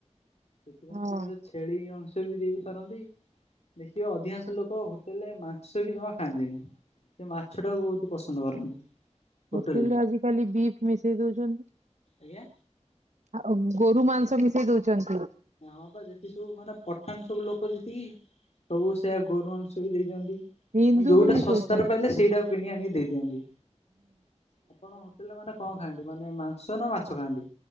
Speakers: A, on the left; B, on the right.
A: ସେଥିପାଇଁ
B: ହଁ
A: ସିଏ ବୋଧ ଛେଳି ଅଶଂ ବି ଦେଇପାରନ୍ତି ଦେଖିବେ ଅଧିକାଂଶ ଲୋକ ହୋଟେଲରେ ମାଂସ ବି ଜମା ଖାଆନ୍ତିନି। ସେ ମାଛଟାକୁ ବହୁତ ପସନ୍ଦ କରନ୍ତି। ହୋଟେଲରେ।
B: ହୋଟେଲ ରେ ଆଜିକାଲି ବିଫ୍ ମିଶେଇ ଦଉଛନ୍ତି।
A: ଆଜ୍ଞା।
B: ଆଉ ଗୋରୁ ମାଂସ ମିଶେଇ ଦଉଛନ
A: ହଁ, ପା ଯେତିକି ସବୁ ମାନେ ପଠାନ ସବୁ ଲୋ କ ଯେତିକି ସବୁ ସେଇଆ ଗୋରୁ ମାଂସ ବି ଦେଇଦିଅନ୍ତି।
B: ହିନ୍ଦୁ
A: ମାନେ ଯୋଉଟା
B: ବି ମିଶଉଛନ୍ତି।
A: ଶସ୍ତାରେ ପାଇଲେ ସେଇଟା କିଣିଆଣିକି ଦେଇଦିଅନ୍ତି। ଆପଣ ହୋଟେଲରେ ମାନେ କଣ ଖାଆନ୍ତି ମାନେ ମାଂସ ନା ମା ଛ ଖାଆନ୍ତି